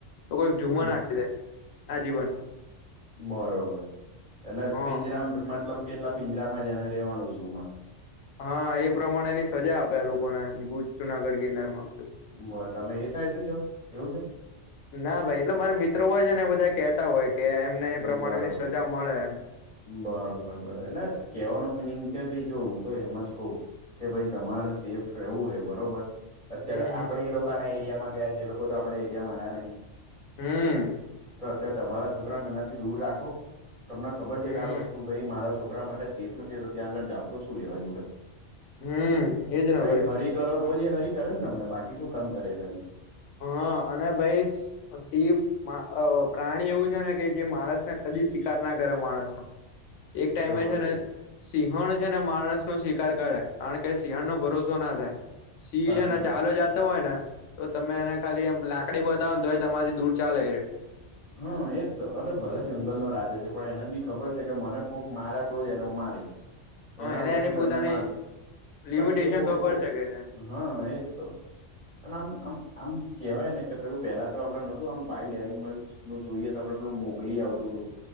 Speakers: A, on the left (about 85°); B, on the left (about 35°).
A: તો કોઈક જુમા
B: હમ.
A: નાખી દે આ જીવન
B: બરોબર એટલે
A: હ
B: પિંજરા મતલબ કે એટલા પિંજરામાં જને રવાનું છું ઝૂ માં
A: હા એ પ્રમાણે ની સજા આપે લોકોનેુ જુનાગઢ ગિરનાર માં
B: તો તમે એ સાઇડ થી છો એવું છે
A: ના ભાઈ એટલે મારે મિત્રો હોય છે ને એ બધા કેતા હોય કે એમને એ પ્રમાણેની
B: બરોબર
A: સજા મળે એમ
B: બરોબર બરોબર એટલે કેવાનો મિનિંગ કે ભાઇ હું તો એમાં જ કહ એમાય તમારે સેફ રહેવું હોય બરોબર અત્યારે
A: હમ
B: આપણેે એ લોકોના એરિયામાં ગયા છે એ લોકો તો આપડા એરિયામાં આવ્યા નહિ
A: હમ
B: તો અત્યારે તમારા છોકરાને એનાથી દૂર રાખો તમને ખબર
A: હમ
B: છે કે આ વસ્તુ ભાઈ મારા છોકરા છોકરા માટે સેફ નથી તો ત્યાં આગળ જાવજ છો શું લેવા જોડે
A: હમ એજ ને
B: કઈક
A: ભાઈ
B: હરી કરો તો જ એ હરી કરે ને તમને બાકી શું કામ કરે હરી
A: હા અને ભાઈ સિંહ પ્રાણી એવું છે ને કે જે માણસને કદી શિકાર ના કરે માણસ એક ટાઈમે
B: તો પછી
A: છે ને સિંહણ છે ને માણસ ન શિકાર કરે કારણ કે સિંહણનો ભરોસો ના થાય સિંહ
B: સાચી
A: છેને ચાલ્યો
B: વાત છે
A: જતો હોય ને તો તમે એને ખાલી એમ લાકડી બતાવ તો તમારાથી દૂર ચાલે એ
B: હા એજ તો અરે એ ભલે જંગલનો રાજા છે પણ એને બી ખબર છે કે મને કોઈક મારે તો જને હું મારીશ એના
A: એને
B: વગરે
A: એની
B: તમને
A: પોતાની
B: માર
A: લિમિટેશન
B: બાકી એ પો
A: ખબર છે કે
B: હા એજ તો અને આમ આમ આમ કેહેવાયને કે પેલું પેલા તો આપણે નહોતું આમ વાઈલ્ડ એનિમલ્સ જો જોઈએ તો આપડે પેલું મોગલી આવતું હતું